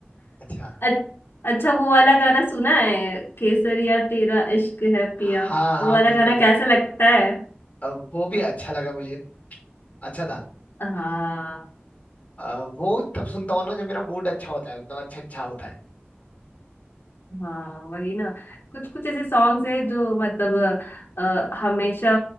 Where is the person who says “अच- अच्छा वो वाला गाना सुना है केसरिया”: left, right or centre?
Left